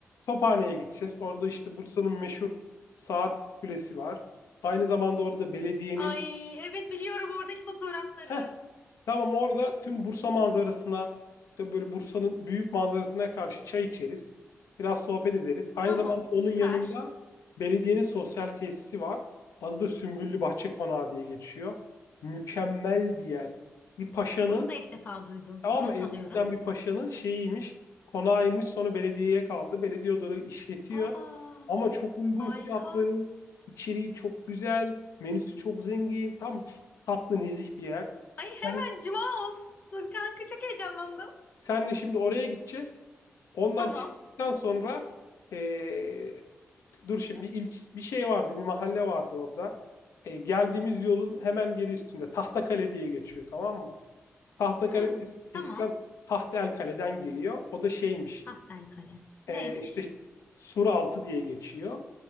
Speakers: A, on the left; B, on the left.
A: Tophane'ye gideceğiz. Orada işte Bursa'nın meşhur saat kulesi var. Aynı zamanda orada belediyenin
B: Ay evet biliyorum oradaki fotoğrafları.
A: Heh, Tamam orada tüm Bursa manzarasına
B: Hı.
A: işte böyle Bursa'nın büyük manzarasına karşı çay içeriz. Biraz sohbet ederiz. Aynı
B: Tamam,
A: zamanda
B: süper.
A: onun yanında belediyenin sosyal tesisi var. Adı da Sümbüllü Bahçe Konağı diye geçiyor. Mükemmel bir yer. Bir paşanın
B: Bunu da ilk defa duydum.
A: tamam
B: Not
A: mı? Eskiden
B: alıyorum.
A: bir paşanın şeyiymiş, konağıymış. Sonra belediyeye kaldı. Belediye odaları işletiyor.
B: Aa.
A: Ama çok uygun
B: Harika.
A: fiyatları, içeriği çok güzel, menüsü çok zengin. Tam tatlı nezih bir yer.
B: Ay hemen
A: Sen
B: cuma olsun kanka çok heyecanlandım.
A: Senle şimdi oraya gideceğiz. Ondan
B: Tamam.
A: çıktıktan
B: Hı
A: sonra
B: hı.
A: eee, dur şimdi bir ilç bir şey vardı, bir mahalle vardı orada. Eee, geldiğimiz yolun hemen geri üstünde Tahtakale diye geçiyor tamam mı? Tahtakale
B: Hmm,
A: es-
B: tamam.
A: eskiden Tahtelkale'den geliyor. O da şeymiş.
B: Tahtel Kale. Neymiş?
A: eee, işte Suraltı diye geçiyor.